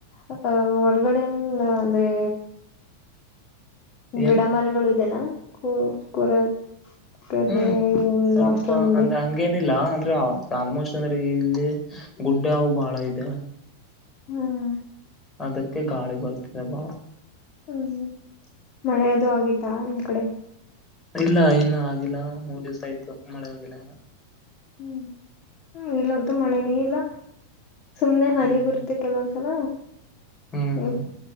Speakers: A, on the left; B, on the left.
A: ಅ ಹೊರ್ಗಡೆನ್ ಅಂದ್ರೆ.
B: ಏನು
A: ಗಿಡ ಮರಗಳು ಇದೆನಾ ಕೊರ ಕುರಕೆ. ಪ್ಪದ
B: ಹ್ಮ್ ಸ್ವಲ್ಪ
A: ಲಾಸ್ಟ ರುಮ ಮುಂದೆ.
B: ಅಂದ್ರೆ ಹಂಗೇನಿಲ್ಲ ಅಂದ್ರೆ ಆಲ್ಮೋಸ್ಟ್ ಅಂದ್ರೆ ಇಲ್ಲಿ ಗುಡ್ಡ ಹವು ಬಾಳ ಇದೆ.
A: ಹ್ಮ್
B: ಅದಕ್ಕೆ ಗಾಳಿ ಬರ್ತದೆ ಬಾಲ.
A: ಹ್ಮ್ ಮಳೆ ಅದು ಆಗೀತಾ ನಿಮ್ ಕಡೆ.
B: ಇಲ್ಲ ಇನ್ನು ಆಗಿಲ್ಲ ಮೂರ್ ದಿವ್ಸ ಆಯ್ತು ಮಳೆ ಆಗಿಲ್ಲ ಇನ್ನೂ.
A: ಹ್ಮ್ ಹ್ಮ್ ಇಲ್ಲಂತೂ ಮಳೆನೇ ಇಲ್ಲ. ಸುಮ್ನೆ ಹನಿ
B: ಹ್ಮ್
A: ಬರುತ್ತೆ ಕೆಲವೊಂದ್ಸಲ
B: ಹ್ಮ್
A: ಹ್ಮ.
B: ಹ್ಮ್